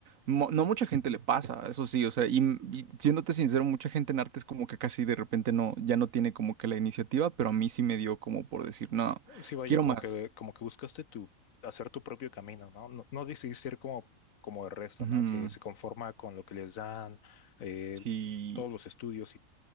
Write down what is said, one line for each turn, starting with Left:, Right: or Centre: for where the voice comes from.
Right: mo- No mucha gente le pasa, eso sí, o sea, y, m- y siéndote sincero, mucha gente en arte es como que casi de repente no, ya no tiene como que la iniciativa, pero a mí sí me dio como por decir, no,
Left: sí, vaya,
Right: quiero
Left: como
Right: más.
Left: que, como que buscaste tu, hacer tu propio camino, ¿no? No, no decidiste ir como, como el resto,
Right: Ujú,
Left: ¿no? Que se conforma con lo que les dan, eh,
Right: Sí,
Left: todos los estudios y